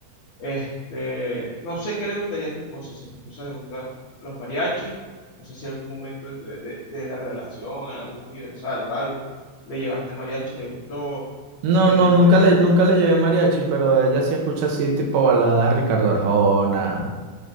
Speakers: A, on the left; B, on the right.
A: Este, no sé qué le gustaría a tu esposa, si a tu esposa le gustan los mariachis, no sé si algún momento de, de de la relación, en algún aniversario, algo, le llevaste mariachi y le gustó.
B: No,
A: Este,
B: no, nunca le, nunca le llevé mariachi, pero ella sí escucha así tipo baladas Ricardo Arjona.